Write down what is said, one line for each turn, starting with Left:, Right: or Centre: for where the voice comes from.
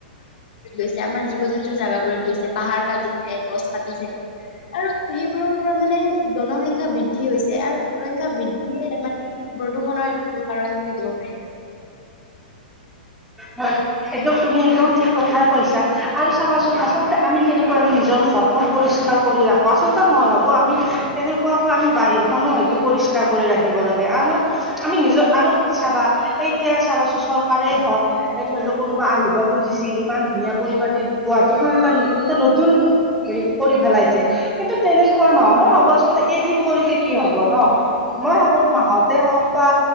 Left: গৈছে আমাৰ জীৱ জন্তুৰ জোগাবোৰত গৈছে। পাহাৰ কাটিছে, গছ কাটিছে। আৰু সেইবোৰৰ পৰা মানে জনসংখ্যা বৃদ্ধি হৈছে আৰু জনসংখ্যা বৃদ্ধি স মানে প্ৰদূৰ্ষণৰ এটা মুল কাৰণ বুলি কব পাৰি।
Centre: হয় এক্দম তুমি একদম ঠিক কথা কৈছা আৰু চাবাচোন আচলতে আমি যেনেকুৱা আমি নিজৰ ঘৰখন পৰিষ্কাৰ কৰি ৰাখোঁ আচলতে মই ভাবোঁ আমি তেনেকুৱাকৈ আমি বাহিৰখনো হয়তো পৰিষ্কাৰো কৰি ৰাখিব লাগে আৰু আমি নিজৰ আৰু চাবা এতিয়া চাবাচোঁ চৰকাৰেই হওক এ ধৰি লওক কোনোবা আহিব খুজিছিল ইমান ধুনীয়া পৰিপাটি গুৱাহাটীখন এটা এটা নতুন হেৰি কৰি পেলাইছে কিন্তু তেনেকুৱা নহ মই ভাবো আচলতে এদিন কৰিলে কি হব ন! মই ভাবো মাহতে হওক বা